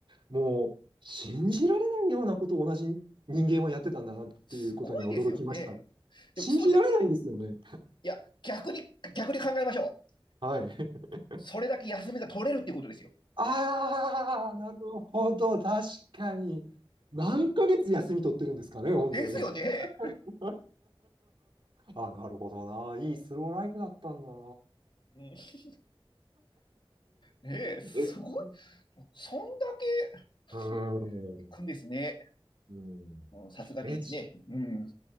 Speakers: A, on the right (about 60°); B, on the left (about 55°).
A: もう信じられないようなことを同じ人間はやってたんだなっていうことには驚きました。
B: すごいですよね。
A: 信じられないですよね。
B: でも、ちょっと待って。いや、逆に、逆に考えましょう。
A: はい。<laughs>
B: それだけ休みが取れるってことですよ。
A: ああ、なるほど。確かに。何ヶ月休み取ってるんですかね、本当に。
B: ですよね。
A: <laughs> あ、なるほどな。いいスローライフだったんだな。
B: ねえ、すごい。
A: え、
B: そんだけ
A: うーん。
B: 行くんですね。
A: うん。
B: もうさすがにね。
A: え、ち、ね
B: うん。